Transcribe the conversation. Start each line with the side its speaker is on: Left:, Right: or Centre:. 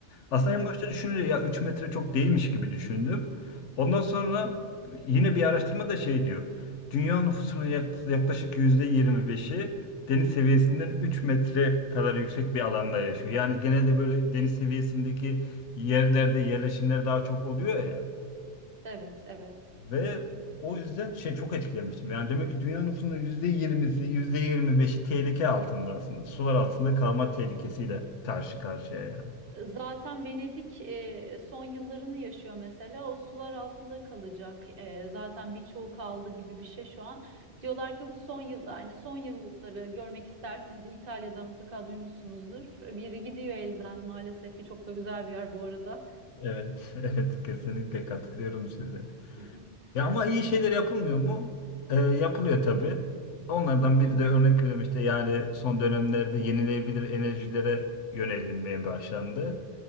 Left: Aslında
Right: Hmm.
Left: en başta düşününce ya 3 metre çok değilmiş gibi düşündüm. Ondan sonra yine bir araştırma da şey diyor. Dünya nüfusunun yak- yaklaşık yüzde yirmi beşi deniz seviyesinden 3 metre kadar yüksek bir alanda yaşıyor. Yani genelde böyle deniz seviyesindeki yerlerde yerleşimler daha çok oluyor ya.
Right: Evet, evet.
Left: Ve o yüzden şey çok etkilemiştim. Yani demek ki dünya nüfusunun yüzde yüzde yirmisi, yüzde yirmi beşi tehlike altında aslında. Sular altında kalma tehlikesiyle karşı karşıya yani.
Right: Zaten Venedik e, son yıllarını yaşıyor mesela. O sular altında kalacak. E, zaten birçoğu kaldı gibi bir şey şu an. Diyorlar ki bu son yıl, yani son yılları görmek isterseniz İtalya'da mutlaka duymuşsunuzdur. Biri gidiyor elden maalesef ki çok da güzel bir yer bu arada.
Left: Evet, <laughs> evet kesinlikle katılıyorum size.
Right: <laughs>
Left: Ya ama iyi şeyler yapılmıyor mu? Ee, yapılıyor tabii. Onlardan biri
Right: Hı hı,
Left: de örnek veriyorum işte yani son dönemlerde yenilenebilir enerjilere yönelinmeye başlandı.